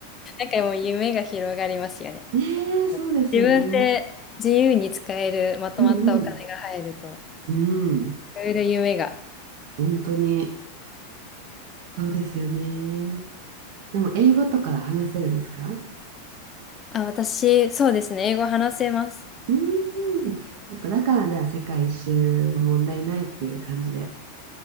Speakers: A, on the left; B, on the right.
A: んかもう夢が広がりますよね。
B: <laughs> ねえ、そうですよね。
A: 自分で、自由に使えるまとまったお金が入ると、
B: うんうん。うん。
A: いろいろ夢が。
B: 本当に、そうですよね。でも英語とか話せるんですかう
A: あ、私、そうですね。英語話せます。
B: ーん。そっか、だからじゃあ世界一周も問題ないっていう感じで。